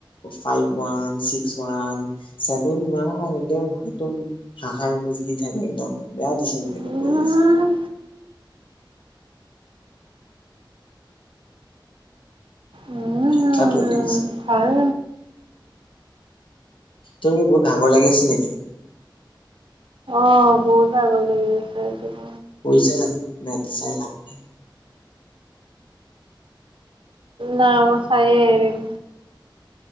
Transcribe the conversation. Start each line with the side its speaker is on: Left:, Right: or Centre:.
Left: ফাইভ ৱিক্স ৱ চভেন ৱান একদম। একদম হাহাৰি মজি দি থাকে একদম বেয়া দিছে মোক এনা
Right: উম
Left: তল দিছে।
Right: উম
Left: খাত তল দি দিছে।
Right: ভাল
Left: তলোকে বহুত ডাঙৰ লাগিছে নেকি।
Right: অ বহুত ভাগৰ লাগি আছে স।
Left: ছে জানো মে চাই লাভ নাই।
Right: নাই মই চায়ে এৰিম।